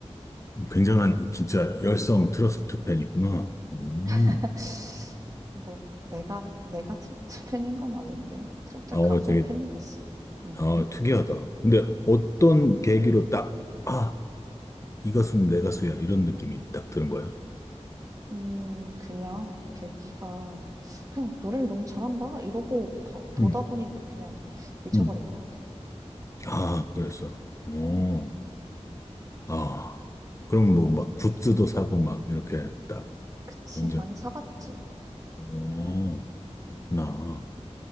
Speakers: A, on the left; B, on the right.
A: 굉장한 진짜 열성 트러스트 팬이구나. 음.
B: <laughs> 뭐, 내가, 내가 트로트 팬인 건 아닌데. 트로트
A: 어,
B: 가수의
A: 되게
B: 팬이 됐어. 응.
A: 아, 특이하다. 근데 어떤 계기로 딱, 아, 이 가수는 내 가수야. 이런 느낌이 딱 드는 거야.
B: 음, 그냥 계기가 그냥 노래를 너무 잘한다 이러고 봐- 보다
A: 음.
B: 보니까 그냥 미쳐버린
A: 음.
B: 것 같아.
A: 아, 그랬어. 어,
B: 음,
A: 아. 그럼 뭐 막 굿즈도 사고 막 이렇게 딱
B: 그치,
A: 완전,
B: 많이 사봤지.
A: 어, 나.